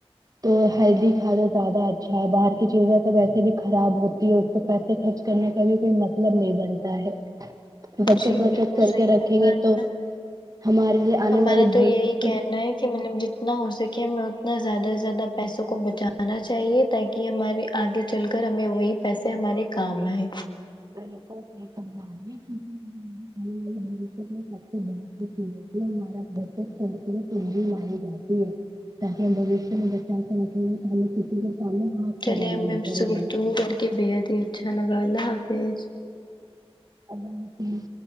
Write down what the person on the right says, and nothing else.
تو ہیلدی کھانا زیادہ اچھا ہے باہر کی چیزیں تو ویسے بھی خراب ہوتی ہے اس پیسے خرچ کرنے کا بھی کوئی مطلب نہیں بنتا ہے بچت
وچت
کر
کے رکھیں
گے
تو
ہمارے لیے آنے
والے بھویشہ
کے
<unintelligible> یہ چیزوں سے ہمارا بچت سنک تنجی مانی جاتی ہے تاکہ ہم بھوشیہ میں بچوں کے رکھیں گے ہمیں کسی کے سامنے ہاتھ
پھیلانا
نہیں پڑے
گا
اللہ حافظ